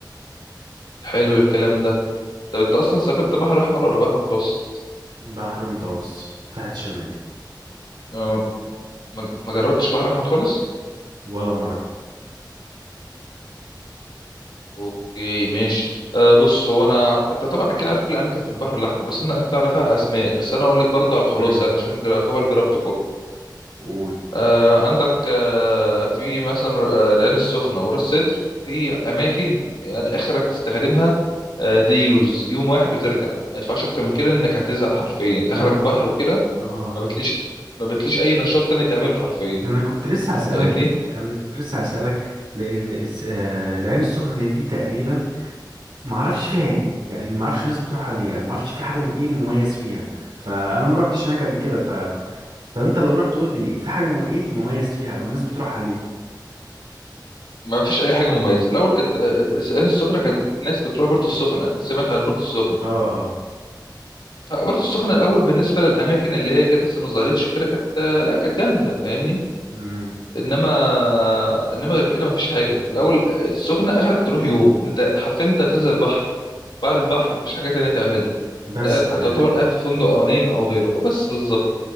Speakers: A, on the left; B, on the right.
A: حلو الكلام ده طب انت اصلا سافرت بحر احمر ولا بحر متوسط
B: بحر متوسط ساحل شمالي
A: آه، ما ما جربتش بحر احمر خالص
B: ولا مرة
A: اوكي ماشي أه بص هو انا انت طبعا اكيد عارف كل الاماكن في البحر الاحمر بس انا انت عارفها اسماء بس انا اقول لك برضو على الخلاصه
B: امم
A: يعني عشان جر- يعتبر جربت كله
B: قول
A: آه، عندك آه، في مثلا آه، العين السخنة وراس سدر دي أماكن يعني آخرك تستخدمها دي يوز يوم واحد وترجع ما ينفعش أكتر من كده إنك هتزهق حرفيا آخرك
B: انا ب...
A: بحر وكده
B: اه
A: ما بتليش ما بتليش أي نشاط تاني تعمله حرفيا
B: انا كنت لسه هسألك
A: فاهمني
B: انا كنت لسه هسألك لان الس- آه، العين السخنة دي دي تقريبا ما اعرفش فيها ايه يعني ما اعرفش الناس بتروحها ليه يعني ما اعرفش في حاجه م... ايه المميز فيها فانا ما روحتش هناك قبل كده فكنت فانت لو رحت قول لي في حاجه م... ايه المميز فيها او الناس بتروحها ليه
A: ما فيش أي حاجة مميزة الأول كانت آه، آه، العين السخنة كان ناس بتروح بورتو السخنة أكيد سمعت عن بورتو السخنة
B: اه اه
A: فبورتو السخنة الأول بالنسبة للأماكن اللي هي كانت لسه ما ظهرتش وكده كانت آه، لا كانت جامدة فاهمني
B: امم
A: انما انما غير كده مفيش حاجه الاول السخنه اخرك تروح يوم إن انت حرفيا انت هتنزل البحر بعد البحر مفيش حاجه تانية تعملها
B: بس
A: أنت
B: كده
A: هتعتبر
B: يعني
A: قاعد في فندق او نايم او غيره أه بس بالظبط